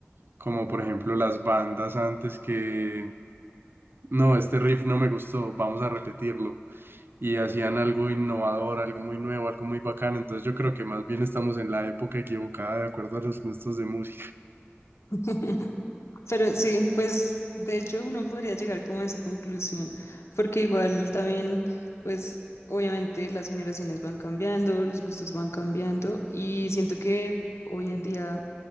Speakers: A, on the right (about 55°); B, on the left (about 85°).
A: como por ejemplo las bandas antes que no, este riff no me gustó, vamos a repetirlo. Y hacían algo innovador, algo muy nuevo, algo muy bacano. Entonces yo creo que más bien estamos en la época equivocada de acuerdo a los gustos de música.
B: <laughs> Pero sí, pues de hecho uno podría llegar como a esa conclusión, porque igual también, pues obviamente las generaciones van cambiando, los gustos van cambiando y siento que hoy en día